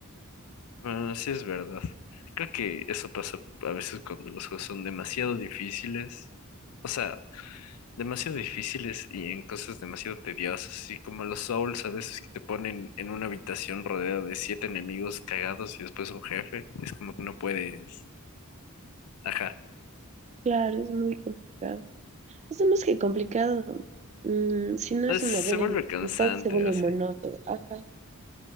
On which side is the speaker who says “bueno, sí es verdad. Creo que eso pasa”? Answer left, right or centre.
Left